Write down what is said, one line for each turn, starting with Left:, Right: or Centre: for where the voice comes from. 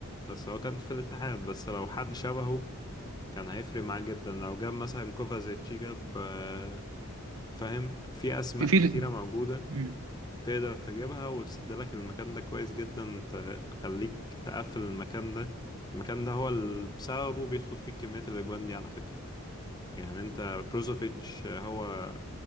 Left: بس هو كانتي في الاتحاد بس لو حد شبهه كان هيفرق معاه جدا لو جاب مثلا كوفازيتش جاب آه، فاهم في اسماء
Right: في في
Left: كتيره موجوده
Right: مم.
Left: تقدر تجيبها وتسد لك المكان ده كويس جدا ت- تخليك تقفل المكان ده المكان ده هو اللي بسببه بيدخل فيه كميه الاجوان دي على فكره يعني انت بروزوفيتش آه، هو